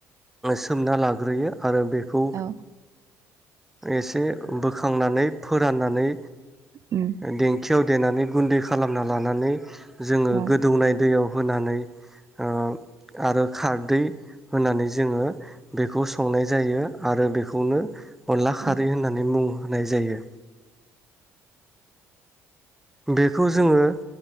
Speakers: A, in the centre; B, on the right.
A: सोमना लाग्रोयो। आरो बेखौ
B: औ
A: एसे बोखांनानै फोराननानै
B: उम
A: ओ देंखियाव देनानै गुन्दै खालामना लानानै जोङो
B: औ
A: गोदौनाय दैयाव होनानै ओ आरो खारदै होनानै जेंङो बेखौ सं नाय जायो आरो बेखौनो अनला खारै
B: औ
A: होननानै बुङो। होनाय जायो। बेखौ जोङो‌